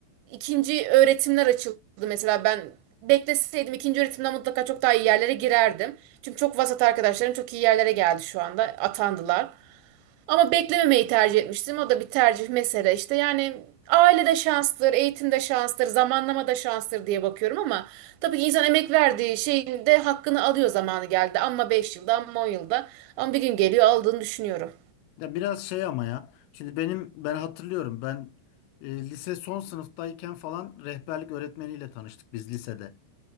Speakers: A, on the right; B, on the left.
A: İkinci öğretimler açıldı mesela ben bekleseydim ikinci öğretimden mutlaka çok daha iyi yerlere girerdim. Çünkü çok vasat arkadaşlarım çok iyi yerlere geldi şu anda atandılar. Ama beklememeyi tercih etmiştim. O da bir tercih mesele işte. Yani aile de şanstır, eğitim de şanstır, zamanlama da şanstır diye bakıyorum ama tabii ki insan emek verdiği şeyin de hakkını alıyor zamanı geldi. Ama 5 yılda, ama 10 yılda. Ama bir gün geliyor aldığını düşünüyorum.
B: Ya biraz şey ama ya. Şimdi benim ben hatırlıyorum ben e, lise son sınıftayken falan rehberlik öğretmeniyle tanıştık biz lisede.